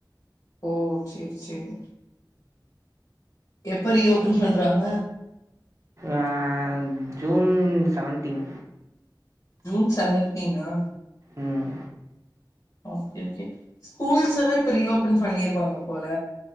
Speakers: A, on the left; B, on the right.
A: ஓ சேர் சேர் எப்ப இனி ஓபன் பண்றாங்க
B: ஆஹ் ஜூன் சவன்டீன்
A: ஜூன் சவன்டீனா
B: உம்
A: ஓகே ஓகே ஸ்கூல்ஸ்லா இப்ப ரீ ஓப்பன் பண்ணிருவாங்க போல